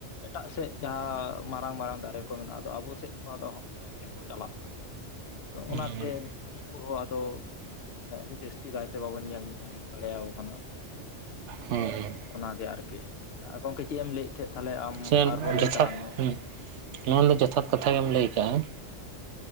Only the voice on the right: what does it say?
ᱦᱮᱸ
ᱦᱮᱸ
ᱥᱮ
ᱡᱚᱛᱷᱟᱛ
ᱦᱮᱸ ᱱᱚᱣᱟ ᱫᱚ ᱡᱚᱛᱷᱟᱛ ᱠᱟᱛᱷᱟ ᱜᱮᱢ ᱞᱟᱹᱭ ᱠᱟᱜᱼᱟ